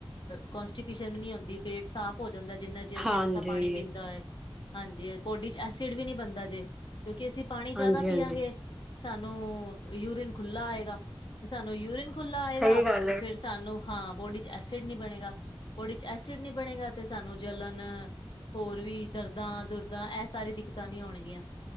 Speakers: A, on the left; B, in the centre.
A: ਕੋਂਸਟੀਵਿਸਨ ਵੀ ਨੀ ਹੁੰਦੀ ਪੇਟ ਸਾਫ਼ ਹੋ ਜਾਂਦਾ, ਜਿੰਨਾ ਜੇ ਅਸੀਂ
B: ਹਾਂਜੀ,
A: ਅੱਛਾ ਪਾਣੀ ਪੀਂਦਾ ਹੈ। ਹਾਂਜੀ, ਪੋਡੀ ਚ ਐਸਿਡ ਵੀ ਨਹੀਂ ਬਣਦਾ ਜੇ, ਕਿਉਂਕਿ ਅਸੀਂ ਪਾਣੀ ਜ਼ਿਆਦਾ
B: ਹਾਂਜੀ-ਹਾਂਜੀ
A: ਪੀਆ ਗੇ। ਸਾਨੂੰ ਯੂਰੀਨ ਖੁੱਲ੍ਹਾ ਆਏਗਾ, ਤੇ ਸਾਨੂੰ ਯੂਰੀਨ ਖੁਲਾ ਆਏਗਾ,
B: ਸਹੀ ਗੱਲ
A: ਤੇ
B: ਹੈ।
A: ਫੇਰ ਸਾਨੂੰ ਹਾਂ ਬੋਡੀ ਚ ਐਸਿਡ ਨੀ ਬਣੇਗਾ, ਬੋਡੀ ਚ ਐਸਿਡ ਨੀ ਬਣੇਗਾ, ਤੇ ਸਾਨੂੰ ਜਲਣ ਹੋਰ ਵੀ ਦਰਦਾਂ-ਦੁਰਦਾਂ ਇਹ ਸਾਰੀ ਦਿੱਕਤਾਂ ਨੀ ਆਣਗੀਆਂ।